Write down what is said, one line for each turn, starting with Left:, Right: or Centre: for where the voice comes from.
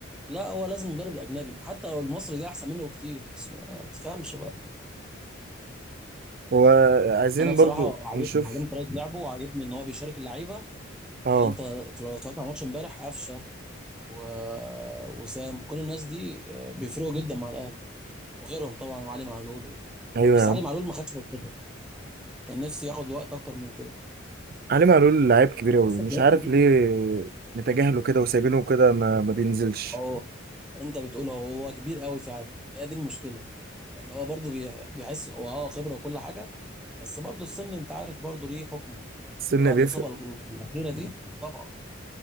Centre: لا هو لازم المدرب الاجنبي حتى لو المصري ده احسن منه بكتير بس ما تفهمش بقى
Right: هو عايزين
Centre: انا بصراحه
Right: برضه
Centre: عاجبني
Right: نشوف
Centre: عاجبني طريقه لعبه وعاجبني ان هو بيشارك اللعيبه
Right: اه
Centre: يعني انت لو اتفرجت على ماتش امبارح قفشه و... وسام كل الناس دي آه، بيفرقوا جدا مع الاهلي وغيرهم طبعا وعلي معلول وكل...
Right: ايوه
Centre: بس
Right: يا عم
Centre: علي معلول ما خدش فرصته كان نفسي ياخد وقت اكتر من كده
Right: علي معلول لعيب كبير قوي
Centre: بس
Right: مش
Centre: الجواب
Right: عارف
Centre: كتير
Right: ليه متجاهله كده وسايبينه كده ما, ما بينزلش
Centre: اهو انت بتقول اهو هو كبير قوي فعلا هي دي المشكله ان هو برضه بيح- بيحس هو اه خبره وكل حاجه بس برضه السن انت عارف برضه ليه حكم
Right: السن
Centre: وبعد
Right: بيفرق
Centre: الاصابه ال- الاخيره دي طبعا